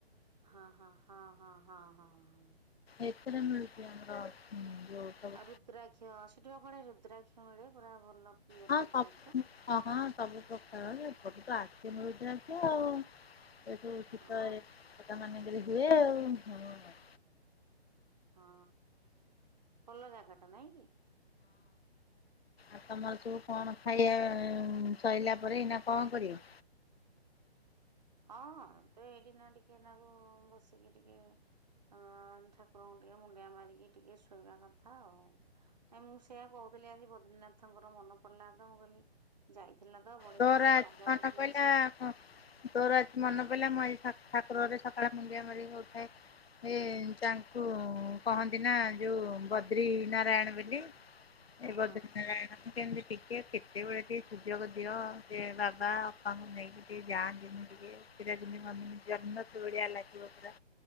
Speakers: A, on the right (about 40°); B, on the left (about 70°).
A: ହଁ ହଁ ହଁ ହଁ ହଁ ହଁ ହଁ।
B: ଏଥିରେ ମିଳୁଛି ଆମର ଉଁ, ଯୋଉ ସବୁ
A: ଆଉ ରୁଦ୍ରାକ୍ଷ, ସେଠି ପା କୁଆଡେ ରୁଦ୍ରାକ୍ଷ ମିଳେ ପୁରା ଭଲ। ପିଓର
B: ହଁଁ
A: ରୁଦ୍ରାକ୍ଷ
B: ସବୁ ହଁ ସବୁ ପ୍ରକାର ସେପଟୁ ତ ଆସେ ମୀ ମିଳୁଛି ଆଉ ଏଠୁ କିସ
A: ହଁ
B: ଏ ମାନେ। ହୁଏ ଆଉ, ହଁ।
A: ହଁ ଭଲ ଜାଗା ଟା ନାଇଁ କି?
B: ଆଉ ତମର ସବୁ କଣ ଖାଇବା ସଇଲା ପରେ ଏଇନା କଣ କରିବ?
A: ହଁ ତ ଏଇକିନା ଟିକେନାକୁ ବସିକି ଟିକେ। ଅଁ ଠାକୁରଙ୍କୁ ଟିକେ ମୁଣ୍ଡିଆ ମାରିକି ଟିକେ ଶୋଇବା କଥା ଆଉ। ନାଇଁ ମୁଁ ସେଇଆ କହୁ। ମୁଁ କଇଲି ଆଜି ବଦ୍ରିନାଥଙ୍କର ମନ ପଡିଲା ତ ମୁଁ କଇଲି ଯାଇ ଥିଲା ତ ବଢିଆ
B: ତୋର
A: ବଢିଆ
B: ଆଜି
A: ଜାଗା
B: ମନେ
A: ସେଠି
B: ପଇଲା
A: ଅଛି।
B: ତୋର ଆଜି ମନେ ପଡିଲା ମୁଁ ଆଜି ଠା ଠାକୁର ଘରେ ସକାଳେ ମୁଣ୍ଡିଆ ମାରି କହୁଥାଏ। ଏ ତାଙ୍କୁ କହନ୍ତି ନା ଯୋଉ ବଦ୍ରି ନାରାୟଣ ବେଲି। ଏ
A: ହଁ
B: ବଦ୍ରି
A: ହଁ।
B: ନାରାୟଣ କେମିତି ଟିକେ କେତେବେଳେ ଟିକେ ସୁଯୋଗ ଦି ଦିଅ ସେ ବାବା ଅପାଙ୍କୁ ନେଇକି ଟିକେ ଯାଆନ୍ତି ମୁ ଟିକେ ସେଟା ଯେମିତି କୁହନ୍ତି ଜନ୍ନତ ଭ ଭଳିଆ ଲାଗିବ ପୁରା